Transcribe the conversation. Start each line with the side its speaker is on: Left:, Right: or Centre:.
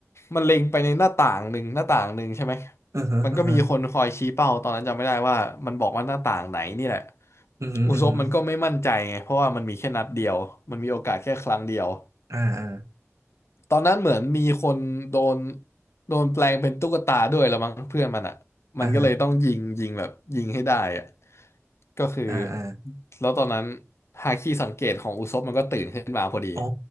Left: มันเล็งไปในหน้าต่างหนึ่งหน้าต่างหนึ่งใช่ไหม
Right: อือฮะอือฮะ
Left: มันก็มีคนคอยชี้เป้าตอนนั้นจำไม่ได้ว่ามันบอกว่าหน้าต่างไหนนี่แหละ
Right: อือฮึอือฮึ
Left: อุซบมันก็ไม่มั่นใจไงเพราะว่ามันมีแค่นัดเดียว มันมีโอกาสแค่ครั้งเดียว
Right: อ่าอ่า
Left: ตอนนั้นเหมือนมีคนโดนโดนแปลงเป็นตุ๊กตาด้วยละมั้งเพื่อนมันอ่ะมันก็เลยต้องยิงยิงแบบยิงให้ได้อ่ะ
Right: อ่าฮะ
Left: ก็คือ
Right: อ่าอ่า
Left: แล้วตอนนั้นฮาคิสังเกตของอุซบมันก็ตื่นขึ้นมาพอดี
Right: อ๋อ